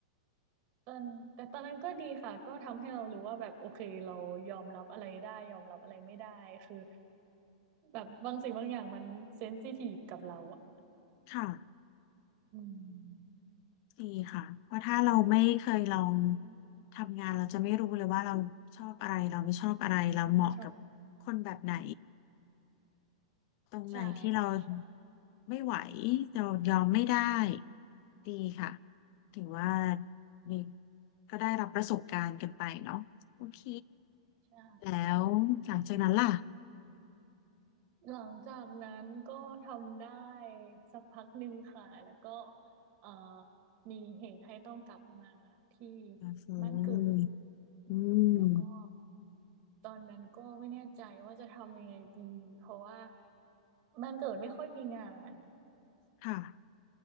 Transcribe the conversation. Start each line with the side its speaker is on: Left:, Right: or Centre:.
Right: ตอนแต่ตอนนั้นก็ดีค่ะก็ทำให้เรารู้ว่าแบบโอเคเรายอมรับอะไรได้ยอมรับอะไรไม่ได้คือแบบบางสิ่งบางอย่างมันเซนซิทีฟกับเราอ่ะ
Left: ค่ะ
Right: อืม
Left: ดีค่ะเพราะถ้าเราไม่เคยลองทำงานเราจะไม่รู้เลยว่าเราชอบอะไรเราไม่ชอบอะไรเราเหมาะกับคนแบบไหน
Right: ไม่ชอบเรา
Left: ตรงไหนที่เรา
Right: ใช่ค่ะใช่
Left: ไม่ไหวเรายอมไม่ได้ดีค่ะถือว่ามีก็ได้รับประสบการณ์กันไปเนาะโอเค
Right: ใช่
Left: แล้วหลังจากนั้นล่ะ
Right: หลังจากนั้นก็ทำได้สักพักหนึ่งค่ะแล้วก็เอ่อมีเหตุให้ต้องกลับมาที่
Left: ก็คือ
Right: บ้านเกิด
Left: อืม
Right: แล้วก็ ตอนนั้นก็ไม่แน่ใจว่าจะทำยังไงดีเพราะว่าบ้านเกิดไม่ค่อยมีงาน
Left: ค่ะ